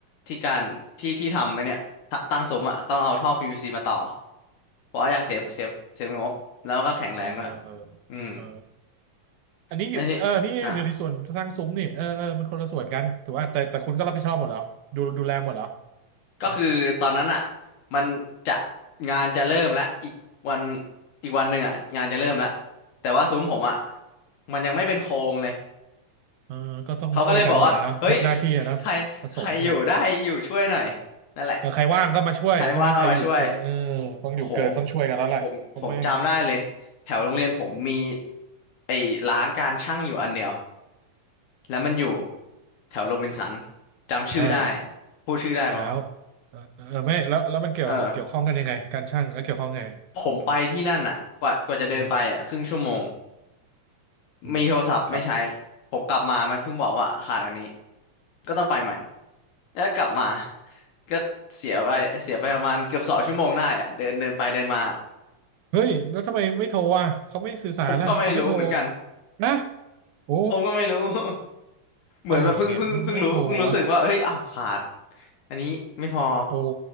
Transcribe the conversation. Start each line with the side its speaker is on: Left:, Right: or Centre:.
Left: ที่การที่ที่ทำไอ้เนี่ยตตั้งสมอะต้องเอาท่อพีวีซีมาต่อเพราะว่าอยากเซฟเซฟเซฟงบแล้วก็แข็งแรงด้วย
Right: เออเออ
Left: อืม
Right: เอออันนี้อยู่เออนี่อยู่ในส่วนสร้างซุ้มนี่เออเออมันคนละส่วนกันถือว่าแต่แต่คุณก็รับผิดชอบหมดเหรอดูดูแลหมดเหรอ
Left: แล้วทีนี่อ่ะ ก็คือตอนนั้นอ่ะ
Right: นะ
Left: มันจะงานจะเริ่มแล้วอีกวันอีกวันหนึ่งอ่ะงานจะเริ่มแล้วแต่ว่าซุ้มผมอ่ะมันยังไม่เป็นโครงเลย
Right: เออก็ต้องช่วยกันหมดอะเนาะทุกหน้าที่อะเนาะผสมกัน
Left: เขาก็เลยบอกว่าเฮ้ยใครใครอยู่ได้อยู่ช่วยหน่อยนั่นแหละก็
Right: เออใครว่างก็มาช่วยใช่ไหมใครอยู่เกินเออ
Left: ใครว่างก็มาช่วย
Right: ต้องอยู่เกินต้องช่วยกันแล้วแหละเพราะแม่ง
Left: โอ้โหผมผมจำได้เลยแถวโรงเรียนผมมีไอ้ร้านการช่างอยู่อันเดียวแล้วมันอยู่แถวโรบินสันจำชื่อได้
Right: เออ
Left: พูดชื่อได้ไหมวะ
Right: แล้วเออเออไม่แล้วแล้วมันเกี่ยวเกี่ยวข้องกันยังไงการช่างแล้วเกี่ยวข้องไง
Left: เออ ผมไปที่นั่นอ่ะกว่ากว่าจะเดินไปอ่ะครึ่งชั่วโมง
Right: อ่ะอืมครับ
Left: มีโทรศัพท์ไม่ใช้ผมกลับมามันเพิ่งบอกว่าขาดอันนี้ก็ต้องไปใหม่แล้วกลับมาก็เสียไปเสียไปประมาณเกือบสองชั่วโมงได้อ่ะเดินเดินไปเดินมา
Right: เฮ้ยแล้วทำไมไม่โทรอ่ะเขาไม่สื่อสารนะเขาไม่โทร
Left: ผมก็ไม่รู้เหมือนกัน
Right: นะโอ้
Left: ผมก็ไม่รู้ <laughs> เหมือนแบบเพิ่งเพิ่งเพิ่งรู้เพิ่งรู้สึกว่าเฮ้ยอ้าวขาด
Right: อะไรเนี่ยไม่โทรวะ
Left: อันนี้ไม่พอ
Right: โอ้